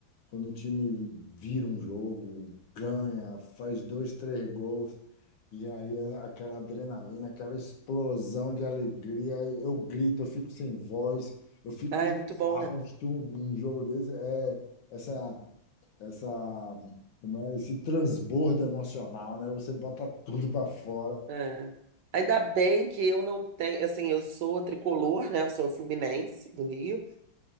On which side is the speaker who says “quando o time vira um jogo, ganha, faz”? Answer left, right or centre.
Left